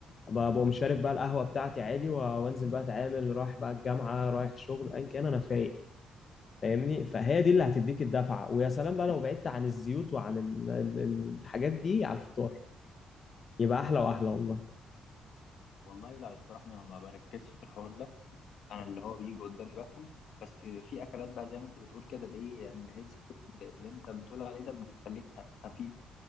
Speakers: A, on the left; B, on the left.
A: ببقى مش شارب بقى القهوه بتاعتي عادي و- وانزل بقى اتعامل رايح بقى الجامعه رايح الشغل ان كان انا فايق فاهمني فهي دي اللي هتديك الدفعه ويا سلام بقى لو بعدت عن الزيوت وعن ال- ال- الحاجات دي على الفطار يبقى احلى واحلى والله
B: والله لا الصراحة أنا ما بركزش في الحوار ده أنا اللي هو بيجي قدامي باكله بس في أكلات بقى زي ما أنت بتقول كده اللي إيه يعني الهيلث فود اللي أنت بتقول عليه ده بيخليك خفيف